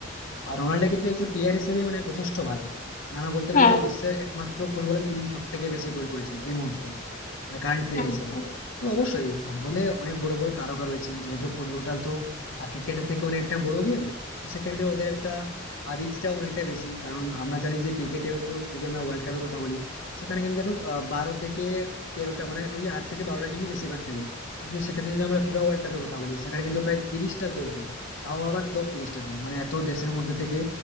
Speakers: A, on the left; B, on the left.
A: আর রোনাল্ডো কিন্তু একজন প্লেয়ার হিসেবে মানে যথেষ্ট ভালো মানে আমরা বলতে পারি
B: হ্যাঁ
A: তো বিশ্বের একমাত্র ফুটবলার যিনি সব থেকে বেশি গোল করেছেন এই মুহূর্তে মানে কারেন্ট প্লেয়ার
B: হ্যাঁ হ্যাঁ
A: হিসেবে তো অবশ্যই ফুটবলে অনেক বড় বড় তারকা রয়েছেন যেহেতু ফুটবলটা তো ক্রিকেটের থেকে অনেকটা বড় গেম সেক্ষেত্রে ওদের একটা রিচটা অনেকটা বেশি কারণ আমরা জানি যে ক্রিকেটে হয়তো যদি আমরা ওয়ার্ল্ড কাপের কথা বলি সেখানে কিন্তু দেখো আহ, বারো থেকে তেরোটা মানে ওই আট থেকে বারোটা টিমই বেশিরভাগ খেলে কিন্তু সেক্ষেত্রে যদি আমরা ফিফা ওয়ার্ল্ড কাপের কথা বলি সেখানে কিন্তু প্রায় তিরিশটা দল খেলে তাও আবার টপ তিরিশটা দল মানে এত দেশের মধ্যে থেকে